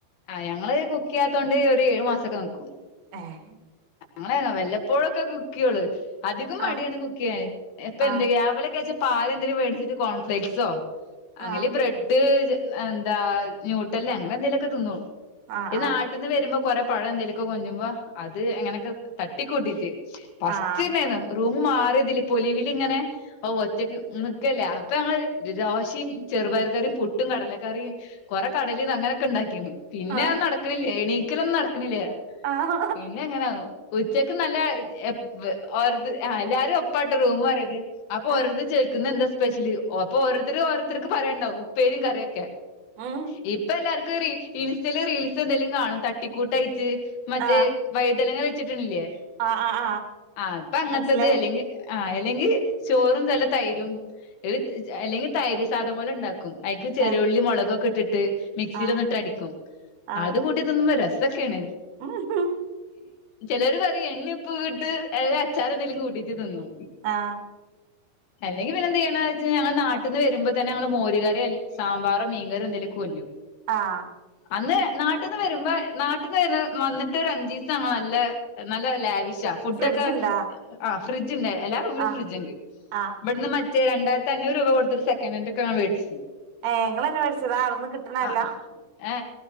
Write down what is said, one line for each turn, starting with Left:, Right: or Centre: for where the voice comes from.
Left: ആ് ഞങ്ങള് കുക്ക് ചെയ്യാത്തൊണ്ട് ഒരു ഏഴു മാസൊക്കെ നക്കും
Right: ഏഹ്
Left: ങ്ങെ വല്ലപ്പോഴൊക്കെ ക്കള് <unintelligible> അധികം മടിയാണ്
Right: ആഹ്
Left: കുക്ക് ചെയ്യാൻ ഇപ്പൊ എന്ത
Right: ആഹ്
Left: രാവിലെ പാലെന്തേലും മേടിച്ചിട്ട് കോൺഫ്ലക്സോ അങ്ങല്
Right: ആഹ്
Left: ബ്രെഡ് എന്താ ന്യൂട്ടല്ല അങ്ങനെ എന്തേ ഒക്കെ തിന്നും
Right: ആഹ്
Left: ത് നാട്ടിന്ന്
Right: ആഹ്
Left: വരുമ്പോ കൊറെ പഴ എന്തേലൊക്കെ വാങ്‌ഗുമ്പോ അത് എങ്ങനെയൊക്കെ തട്ടിക്കൂട്ടീട്ട് <unintelligible>
Right: ആഹ്
Left: ന്ന് മാറിയതില്ലെ പൊലിവിലിങ്ങനെ ഓ ഒറ്റക്ക് <unintelligible> ഒക്കല്ലേ അപ്പൊ ഞങ്ങൾ ദോശയും ചെറുപയർക്കറിയും പുട്ടും കടലക്കറി കൊറെ കടലിം അങ്ങനെ ഒക്കെ ഒണ്ടാക്കിന്നു പിന്നെ
Right: ആഹ്
Left: നടക്കണില്ലേ എണീക്കലൊന്നും നടക്കണില്ല
Right: ആഹ്
Left: പിന്നെ എങ്ങനാവോ ഉച്ചക്ക് നല്ല എപ് ഓരോര് ഹ എല്ലാരും ഒപ്പാട്ട് റൂം മാറിത് അപ്പൊ
Right: ഉം
Left: ഓരോരുത്തർ ചോയ്ക്കുന്താ സ് സ്പെഷില് അപോ ഓരോര്‌ത്തര് ഓരോര്‌ത്തര്ക്ക് പറയാണ്ടവും ഉപ്പേരിം കറിയൊക്കെ
Right: ഉം
Left: ഇപ്പൊ എല്ലാർ ഇൻസ്റ്റല് റീൽസ് എന്തെലും കാണും തട്ടിക്കൂട്ടായി റ്റ് മറ്റേ
Right: ആഹ്
Left: വലുതനങ്ങാ വെച്ചിട്ടിണില്യേ
Right: ആഹ് ആഹ്
Left: ആഹ് ഇപ്പ അങ്ങത്തത്
Right: മനസ്സിലായി
Left: അല്ലെങ്കി ആ അല്ലെങ്കിൽ ചോറും നല്ല തൈരും <unintelligible> അല്ലെങ്കി തൈര് <unintelligible> ക്കും അയിക്ക് ചെറിയ
Right: ഏഹ്
Left: ഉള്ളിം മൊളകൊക്കെ ഇട്ടിട്ട് ട്ട് മിക്സിലിട്ടൊന്നടിക്കും
Right: ആഹ് ആഹ്
Left: അതും കൂട്ടി തിന്നുമ്പോ രസ് തൊക്കെയെന്
Right: <inaudible>
Left: ചെലര്പറേം എണ്ണിം ഉപ്പുട്ട് നല്ല അച്ചാർ എന്തെങ്കിലും കൂട്ടിട്ട് തിന്നും
Right: ആഹ്
Left: അല്ലെങ്കിൽ പിന്നെ എന്തിയ ണവെച്ചാൽ ഞങ്ങള് നാട്ട്ന്ന് വരുമ്പോത്തന്നെ ങ്ങള്മോര് കറി. ല്ലങ്കി സാമ്പാറോ മീൻകറി എന്തെങ്കിലും കൊണ്ട് രും
Right: ആഹ്
Left: അന്ന് നാട്ടിന്ന് വരുമ്പോ നാട്ടിന്ന് വേരെ വന്നിട്ട് ഒരഞ്ചീസങ്ങ് നല്ല നല്ല ലാവി ശ ഫുഡൊക്കെ
Right: ഫ്രിഡ്ജിണ്ടാ
Left: ഏ ആ ഫ്രീജ് ണ്ട് എല്ലാറൂമിലും
Right: ആഹ്
Left: ഫ്രിഡ്ജുണ്ട്
Right: ആഹ്
Left: ഇവിടുന്ന് മാ രണ്ടായിരത്തി അഞ്ഞൂറ് രൂപ കൊടുത്തുട്ട് സക്കനൻഡ് ഒക്കെ വേ ടിച്ചു
Right: ഏഹ് ഇങ്ങളന്നെ മേടിച്ചതാ അവ്ട്ന്ന് കിട്ട്ണല്ല
Left: ആഹ ഏ